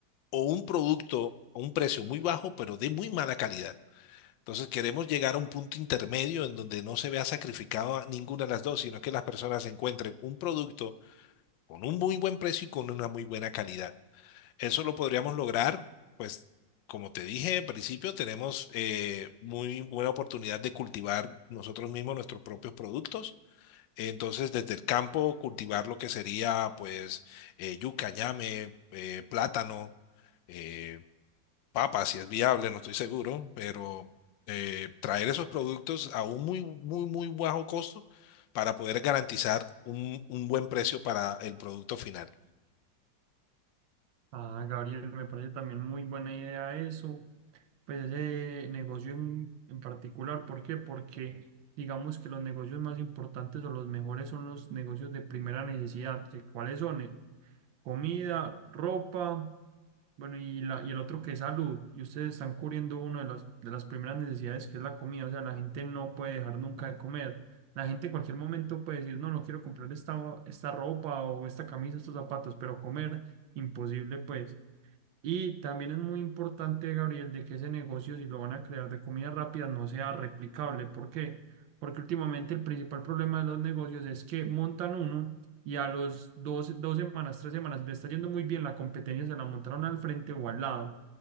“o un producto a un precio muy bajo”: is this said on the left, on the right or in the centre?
Left